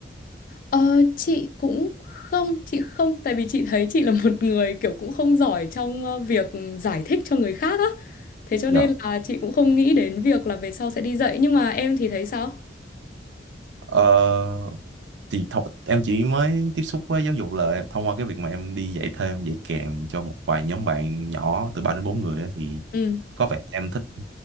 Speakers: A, on the left; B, on the right.
A: Ờ, chị cũng không chị không tại vì chị thấy chị là một người kiểu cũng không giỏi trong ờ, việc giải thích cho người khác á thế cho
B: Dạ.
A: nên là chị cũng không nghĩ đến việc là về sau sẽ đi dạy nhưng mà em thì thấy sao
B: Ờ, thì học em chỉ mới tiếp xúc với giáo dục là thông qua cái việc mà em đi dạy thêm dạy kèm cho một vài nhóm bạn nhỏ từ 3 đến 4 người á, thì
A: ừ
B: có vẻ em thích